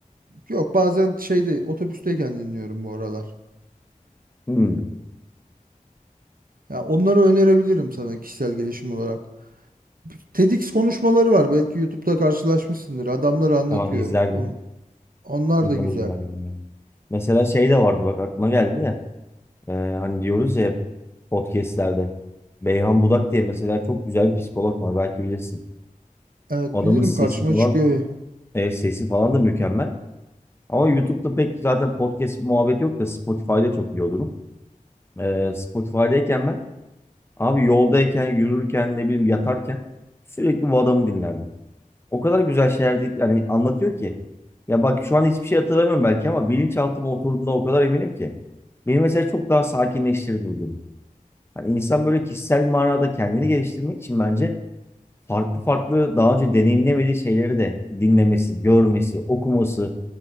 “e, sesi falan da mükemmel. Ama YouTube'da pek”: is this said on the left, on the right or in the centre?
Left